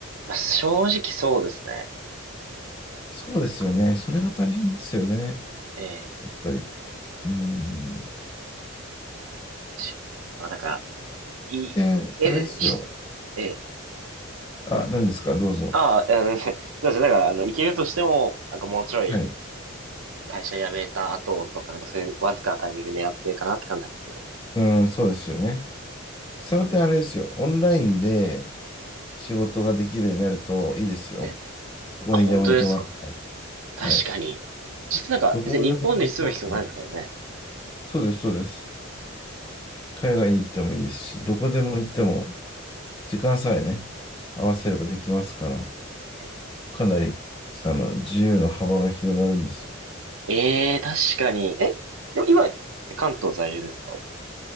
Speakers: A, on the right; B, on the left.
A: まあ正直そうですね。
B: そうですよね。
A: 結構。
B: それが大変ですよね。
A: ええ。
B: やっぱり。うーん。
A: しまあ、だから、い、
B: で、
A: え、
B: あれですよ。
A: しええ、
B: あ、何ですかどうぞ。
A: ああ、いや、全然、<laughs> そうですね。だから、あの、行けるとしても、なんかもうちょい
B: はい。う
A: 会社辞めた後とか、なんかそういうわずかなタイミング狙ってるかなって感じなんですけど。
B: ーん、そうですよね。その点あれですよ。オンラインで仕事ができるようになるといいですよ。
A: ええ。
B: どこにでも行けます。
A: あ、本当ですか。確かに。
B: はい。
A: 実はなんか、
B: どこでも行けます。
A: 別に日本に住む必要ないですからね。
B: そうです、そうです。海外に行ってもいいですし、どこでも行っても時間さえね、合わせればできますから、
A: え
B: かなり、あの、自由の幅が広がるんですよ。
A: え、ええ確かに。え、でも今って関東在住ですか